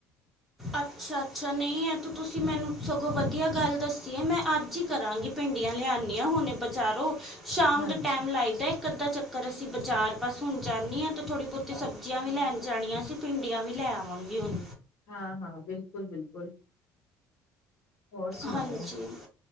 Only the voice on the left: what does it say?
ਹਾਂਜੀ।
ਹਾਂ-ਹਾਂ, ਬਿਲਕੁਲ-ਬਿਲਕੁਲ ਹੋਰ ਸੁਣਾਓ